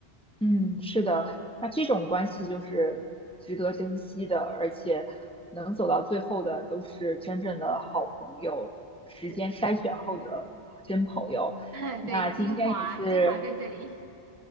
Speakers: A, in the centre; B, on the right.
A: 嗯，是的，那这种关系就是值得珍惜的，而且能走到最后的都是真正的好朋友，时间筛选后的真朋友。
B: 是的，<laughs>
A: 那今天也是，
B: 对，精华，精华在这里。